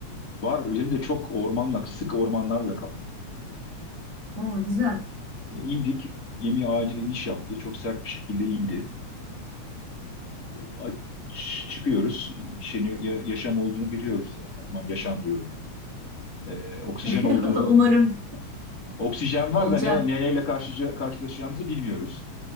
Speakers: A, on the left; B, on the right.
A: Var elimde çok ormanla, sık ormanlarla kaplı.
B: Oo, güzel.
A: E, İndik, gemi acil iniş yaptı. Çok sert bir şekilde indi. A- ç- Çıkıyoruz. Şeyin, ya- yaşam olduğunu biliyoruz zaten. Aman yaşam diyorum. Ee, oksijen
B: <laughs>
A: olduğunu,
B: Umarım
A: bi- oksijen var
B: olacak.
A: da ne o- neyle karşı, karşılaşacağımızı bilmiyoruz.